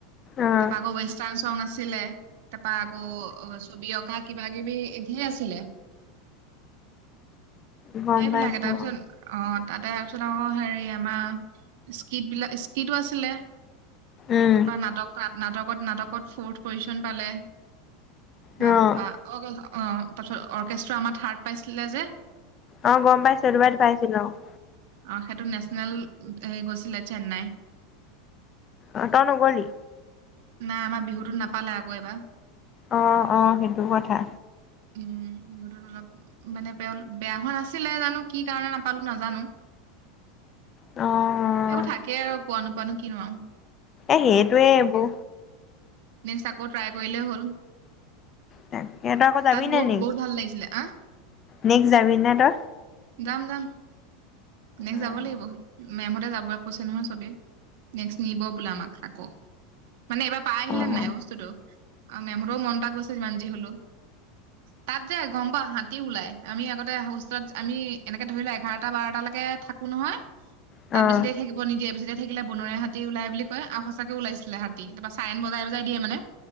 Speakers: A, on the left; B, on the right.
A: অ',
B: তাৰপা আকৌ ৱেষ্টাৰ্ণ চংগ আছ ছিলে। তাৰপা আকৌ অ, <unintelligible> কিবা কিবি <unintelligible> আছিলে।
A: গম
B: সেইবিলাকে
A: পাইছোঁ
B: তাৰপিছত, অ'। তাতে, তাৰপিছত আকৌ হেৰি আমাৰ স্কিট বিলা, স্কিটো আছিলে।
A: উম,
B: তাৰপৰা নাটক <unintelligible> নাটকত, নাটকত ফ'ৰ্থ পজিচন পালে। নাপা,
A: অ',
B: অ' <unintelligible> অ'। তাৰপাছত অৰ্কেষ্ট্ৰ আমাৰ থাৰ্ড পাইছিলে যে।
A: অ গম পাইছোঁ, এইটো বাতৰি পাইছিলোঁ, অ'।
B: অহ, সেইটো নেশচনেল হেৰি গৈছিলে চেন্নাই।
A: অ, তই ন'গলি?
B: নাই, আমাৰ বিহুতো নাপালে আকৌ এইবাৰ।
A: অ', অ', সেইটো কথা।
B: উম। বিহুতো অলপ মানে বেয়া, বেয়া হোৱা নাছিলে, জানো কি কাৰণত নাপালো নাজানো।
A: অ'।
B: সেইবোৰ থাকেই আৰু পোৱা নোপোৱা নো কিনো আৰু!
A: এই সেইটোৱে এইবোৰ
B: নেক্স আকৌ ট্ৰাই কৰিলেই হ'ল। তাত
A: তাকে তই আকৌ যাবি নে
B: বহুত
A: নেক্সট?
B: বহুত ভাল লাগিছিলে আহ
A: নেক্সট যাবি নে তই
B: যাম যাম নেক্সট
A: অ',
B: যাব লাগিব মেমহতে যাব কৈছে নহয় চবেই নেক্স নিব বোলে আমাক আকৌ মানে এইবাৰ পাই আহিলে
A: অ',
B: নে নাই বস্তুটো আও মেমহতৰো মন এটা গৈছে যিমান যি হলো তাত যে গম পাওঁ হাতী ওলাই আমি আগতে হোষ্টেলত আমি এনেকে ধৰিলো এঘাৰটা বাৰটা লে কে থাকো নহয়
A: অ',
B: তাত বেছি দেৰি থাকিব নিদিয়ে বেছি দে ৰি থাকিলে বনৰীয়া হাতী ওলাই বুলি কয় আও সঁচাকে ওলাইছিলে হাতী তাপা চাইৰন বজাই বজাই দিয়ে মানে